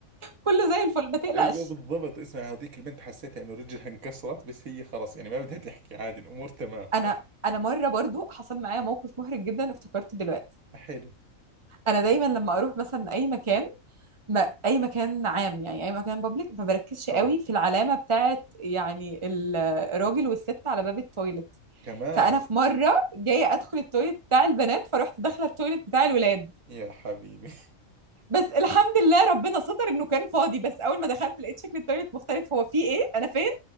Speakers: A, on the right; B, on the right.
A: كله زي الفل ما تقلقش
B: ايوه بالضبط اسمع هذيك البنت حسيتها انه رجلها انكسرت بس هي خلاص يعني ما بدها تحكي عادي الامور تمام
A: انا انا مره برضو حصل معايا موقف محرج جدا افتكرته دلوقتي
B: <laughs> حلو
A: انا دايما لما اروح مثلا اي مكان ما اي مكان عام يعني اي مكان بابليك ما بركزش
B: اه
A: قوي في العلامه بتاعت يعني ال- الراجل والست على باب التويلت
B: كمان
A: فانا في مره جايه ادخل التويلت بتاع البنات فرحت داخله التويلت بتاع الولاد
B: يا حبيبي
A: بس الحمد لله ربنا ستر انه كان فاضي بس اول ما دخلت لقيت شكل التويلت مختلف هو فيه ايه انا فين